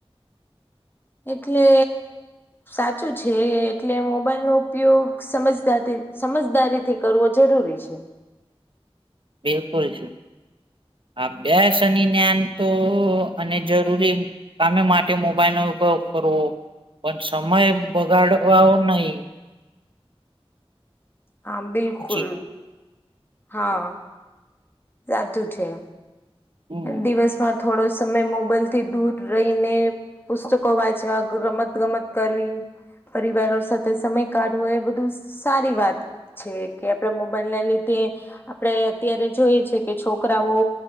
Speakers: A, on the left; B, on the right.
A: એટલે સાચું છે એટલે મોબાઈલ નો ઉપયોગ સમજ સમજદારી થી કરવો જરૂરી છે.
B: બીલકુલ છે. અભ્યાસ અને જ્ઞાન તો અને જરૂરી સામે માટે મોબાઈલ નો ઉપયોગ કરવો પણ સમય બગાડવો નહી.
A: હા બિલકુલ
B: જી
A: હા સાચું છે
B: હમ
A: દિવસમાં થોડો સમય મોબાઈલ થી દૂર રહીને, પુસ્તકો વાંચવા, રમત ગમત કરવી. પરિવારો સાથે સમય કાઢવો એ બધું સારી વાત. છે કે આપણેે મોબાઈલ ના લીધે આપણેે અત્યારે જોઈએ છે કે છોકરાઓ,